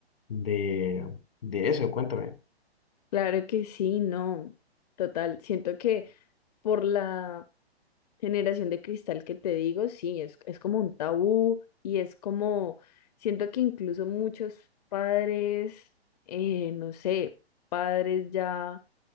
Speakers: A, on the left; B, on the left.
A: de, de eso. Cuéntame.
B: Claro que sí, no. Total, siento que por la generación de cristal que te digo, sí, es, es como un tabú y es como, siento que incluso muchos padres, eh, no sé, padres ya